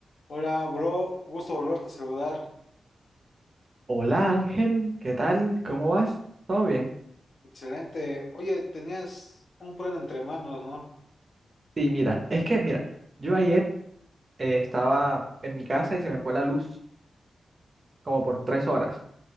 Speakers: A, on the left; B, on the right.
A: Hola, bro, gusto volverte a saludar.
B: Hola Ángel, ¿qué tal? ¿Cómo vas? ¿Todo bien?
A: Excelente. Oye, tenías un plan entre manos, ¿no?
B: Sí, mira, es que, mira, yo ayer eh, estaba en mi casa y se me fue la luz como por tres horas.